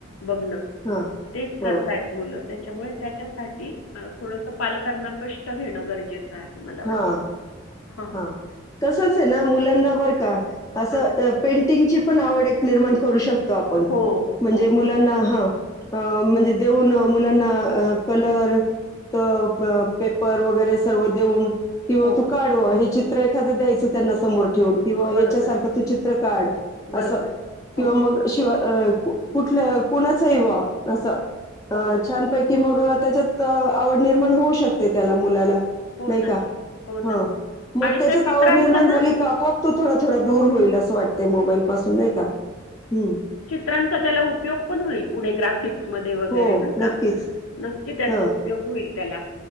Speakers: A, on the left; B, on the left.
A: बघणं
B: हां
A: तेच करतायत
B: हो
A: मुलं त्याच्यामुळे त्याच्यासाठी थोडस पालकांना कष्ट घेणं गरजेचं मला वाटत
B: हां
A: ह
B: हां. तसंच आहे ना मुलांना बरं का असं
A: हां.
B: पेंटिंगची पण आवड एक निर्माण करू शकतो- तो आपण
A: हो,
B: म्हणेजे
A: हो,
B: मु मुलांना हा म्हणजे देऊन मुलांना कलर तर पेपर वगैरे सर्व देऊन किंवा
A: हो.
B: तू काढव हे चित्र एखादं द्यायचं त्यांना समोर ठेवून किंवा याच्यासारखं
A: बरोबर,
B: तू चित्र काढ
A: बरोबर.
B: असं किंवा
A: हो,
B: मग शिवाय अ कुठल्या कुणाचंव असं अ
A: हो,
B: छानपैकी मग त्याच्यात आवड निर्माण होऊ शकते त्याला मुलाला
A: हो
B: नाही
A: ना
B: का?
A: हो
B: हा
A: ना.
B: मग
A: आणि
B: त्याच्यात
A: त्या चित्रांचा
B: आवड निर्माण
A: ना
B: झाली का आपोआप तो थोडा थोडा दूर
A: हो,
B: होईल
A: हो,
B: असं वाटत मोबाईल पासून नाही का हम्म
A: चित्रचा त्याला उपयोग पण होईल पुढे ग्राफिक्स मध्ये वगैरे
B: हो
A: बर का
B: नक्कीच
A: नक्की त्या-
B: हां
A: उपयोग होईल त्याला